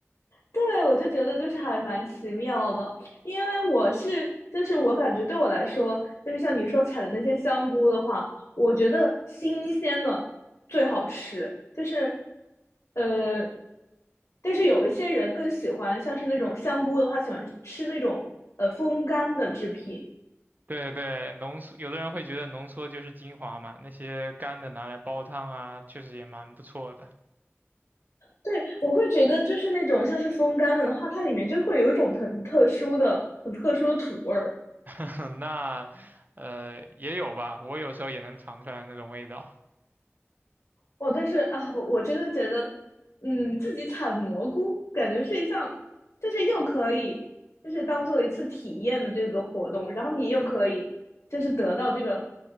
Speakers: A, on the left; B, on the right.
A: 对，我就觉得就是还蛮奇妙的，因为我是就是我感觉对我来说，就是像你说采的那些香菇的话，我觉得新鲜的最好吃，就是呃，但是有一些人更喜欢像是那种香菇的话，喜欢吃那种呃风干的制品。
B: 对对，浓缩，有的人会觉得浓缩就是精华嘛，那些干的拿来煲汤啊，确实也蛮不错的，
A: 对，我会觉得就是那种像是风干了的话，它里面就会有一种很特殊的、很特殊的土味儿。
B: <laughs> 那呃也有吧，我有时候也能尝出来那种味道，
A: 哦，但是啊，我真的觉得，嗯，自己采蘑菇感觉是一项，就是又可以，就是当做一次体验的这个活动，然后你又可以，就是得到这个